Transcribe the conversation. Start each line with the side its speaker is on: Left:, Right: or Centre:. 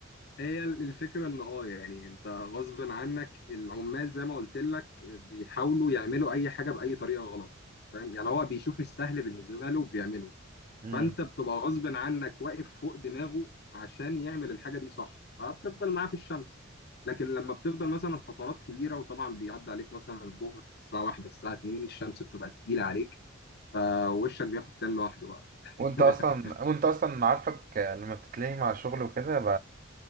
Left: هي الفكرة ان اه يعني انت غصب عنك العمال زي ما قلت لك بيحاولوا يعملوا اي حاجة بأي طريقة غلط فاهم يعني هو بيشوف السهل بالنسبة له وبيعمله
Right: امم
Left: فانت بتبقى غصب عنك واقف فوق دماغه عشان يعمل الحاجة دي صح فبتفضل معاه في الشمس لكن لما بتفضل مثلا فترات كبيرة وطبعا بيعدي عليك مثلا الظهر الساعة واحدة الساعة اتنين الشمس بتبقى تقيلة عليك فوشك بياخد تان لوحده بقى <laughs>
Right: وانت اصلا وانت اصلا عارفك لما بتتلهي مع الشغل وكده ب...